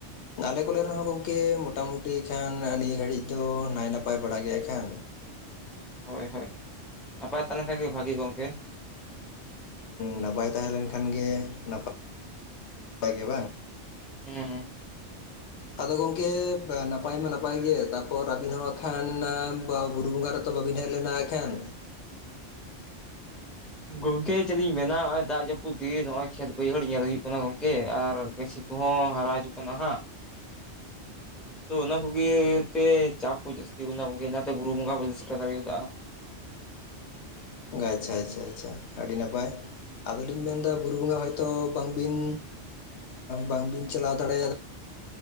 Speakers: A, on the left; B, in the centre.
A: ᱟᱞᱮ ᱠᱚᱞᱮ ᱨᱮᱦᱚᱸ ᱜᱚᱢᱠᱮ ᱢᱚᱴᱟᱢᱩᱴᱤ ᱠᱷᱟᱱ ᱱᱤᱭᱟᱹ ᱜᱷᱟᱹᱲᱤᱡ ᱫᱚ ᱱᱟᱭ ᱱᱟᱯᱟᱭ ᱵᱟᱲᱟ ᱜᱮ ᱦᱟᱸᱜ ᱠᱷᱟᱱ
B: ᱦᱳᱭ ᱦᱳᱭ ᱱᱟᱯᱟᱭ ᱛᱟᱦᱮ ᱞᱮᱠᱷᱟᱡ ᱜᱮ ᱵᱷᱟᱹᱜᱤ ᱜᱚᱢᱠᱮ
A: ᱱᱟᱯᱟᱭ ᱛᱟᱦᱮᱸ ᱞᱮᱱ ᱠᱷᱟᱱ ᱜᱮ ᱱᱟᱯᱟᱭ ᱜᱮ ᱵᱟᱝ
B: ᱦᱩᱸ
A: ᱟᱫᱚ ᱜᱚᱝᱠᱮ ᱱᱟᱯᱟᱭ ᱢᱟ ᱱᱟᱯᱟᱭ ᱜᱮ ᱛᱟᱯᱚᱨ ᱟᱵᱤᱱ ᱦᱚᱸ ᱦᱟᱸᱜ ᱠᱷᱟᱱ ᱵᱩᱨᱩ ᱵᱚᱸᱜᱟ ᱨᱮ ᱛᱚ ᱵᱟᱹᱵᱤᱱ ᱦᱮᱡ ᱞᱮᱱᱟ ᱮᱠᱷᱟᱱ
B: ᱜᱚᱝᱠᱮ ᱪᱮᱫ ᱤᱧ ᱢᱮᱱᱟ ᱱᱚ-ᱜᱚᱭ ᱫᱟᱜ ᱡᱟᱹᱯᱩᱫ ᱫᱤᱱ ᱱᱚᱜᱼᱚᱭ ᱠᱷᱮᱛ ᱵᱟᱹᱭᱦᱟᱹᱲ ᱧᱮᱞ ᱦᱩᱭᱩᱜ ᱠᱟᱱᱟ ᱜᱚᱝᱠᱮ ᱟᱨ ᱵᱮᱥᱤ ᱠᱚ ᱦᱚᱸ ᱦᱟᱨᱟ ᱦᱤᱡᱩᱜ ᱠᱟᱱᱟ ᱦᱟᱸᱜ ᱛᱚ ᱚᱱᱟ ᱠᱚᱜᱮ ᱛᱮ ᱪᱟᱯ ᱠᱚ ᱡᱟᱹᱥᱛᱤ ᱜᱮ ᱧᱟᱢᱚᱜ ᱜᱮᱭᱟ ᱚᱱᱟᱛᱮ ᱵᱩᱨᱩ ᱵᱚᱸᱜᱟ ᱵᱟᱹᱧ ᱥᱮᱴᱮᱨ ᱫᱟᱲᱮ ᱠᱟᱣᱫᱟ
A: ᱟᱪᱪᱷᱟ ᱟᱪᱪᱷᱟ ᱪᱷᱟ ᱟᱹᱰᱤ ᱱᱟᱯᱟᱭ ᱟᱫᱚ ᱞᱤᱧ ᱢᱮᱱᱫᱟ ᱵᱩᱨᱩ ᱵᱚᱸᱜᱟ ᱦᱚᱭᱛᱳ ᱵᱟᱝᱵᱤᱱ ᱵᱟᱝᱵᱤᱱ ᱪᱟᱞᱟᱣ ᱫᱟᱲᱮᱭᱟᱜᱫᱟ